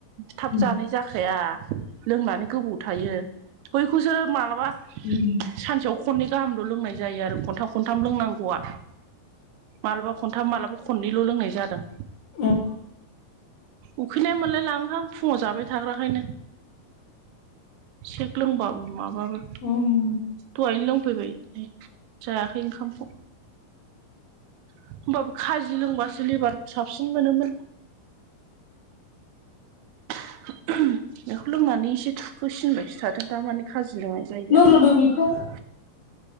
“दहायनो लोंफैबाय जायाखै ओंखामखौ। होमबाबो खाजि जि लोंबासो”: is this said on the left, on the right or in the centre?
Right